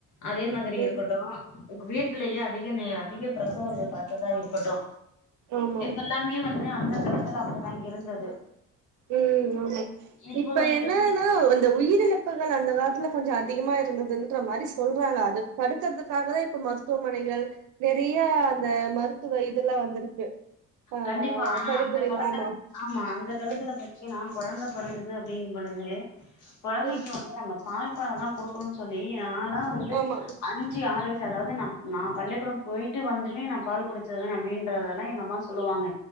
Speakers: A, on the left; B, on the right.
A: அதே
B: ம்
A: இருக்கட்டோ உங்க வீட்டுலயே அதிக அதிக பிரசவங்கள் பாத்ததா இருக்கட்டோ
B: ஆமா
A: இது எல்லாமே வந்து அந்த காலத்துல அப்டிதா இருந்தது
B: ம் ஆமா
A: இப்போ
B: இப்ப
A: வந்துட்டு
B: என்னன்னா அந்த உயிரிழப் ப்புகள் அந்த காலத்ல கொஞ்சோ அதிகமா இருந்துதுன்ற மாரி சொல்றாங்க அது தடுக்கர்துக்காகதா இப்ப மருத்துவமனைகள் நெறிய அந்த மருத்துவ இதல்லா வந்துருக் கு ஆ
A: கண்டிப்பா ஆனா
B: பரிந்துரைல
A: அந்த காலத்துல
B: ஆமா
A: ஆமா அந்த காலத்துல
B: ம்
A: பாத்திங்கனா கொழந்த பொறந்தது அப்டிங்கும் பொழுது கொழந்தைக்கு
B: ம்
A: வந்து நம்ம தாய் பால தா குடுக்குணுன் சொல்லி நாலா வந்து
B: ஆமா
A: அன் அஞ்சு ஆறு வய்சு அதாவது ந நா பள்ளிக்கூடம் போய்ட்டு வந்துமே நா பால் குடிச்சதுனு அப்டின்றத லா எங்கம்மா சொல்லுவாங்க